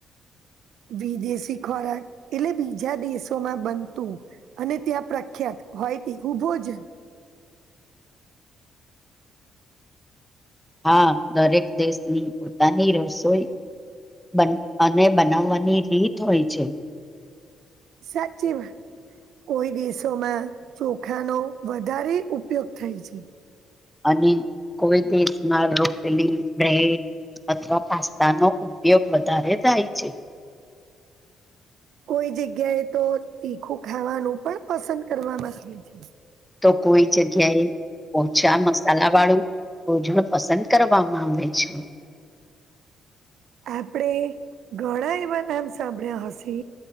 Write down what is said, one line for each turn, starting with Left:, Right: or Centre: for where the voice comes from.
Right: વિદેશી ખોરાક એટલે બીજા દેશોમાં બનતું અને ત્યાં પ્રખ્યાત હોય તેવુ ભોજન
Centre: હા દરેક દેશની પોતાની રસોઈ બન અને બનાવવાની રીત હોય છે.
Right: સાચી વા કોઈ દેશોમાં ચોખાનો વધારે ઉપયોગ થાય છે.
Centre: અને કોઈ દેશમાં રોટલી, બ્રેડ, અથવા પાસ્તા નો ઉપયોગ વધારે થાય છે
Right: કોઈ જગ્યાએ તો તીખું ખાવાનું પણ પસંદ કરવા માંગે છે
Centre: તો કોઈ જગ્યાએ ઓછા મસાલા વાળું રોજણ પસંદ કરવામાં આવે છે
Right: આપણેે ઘણા એવા નામ સાંભળ્યા હશે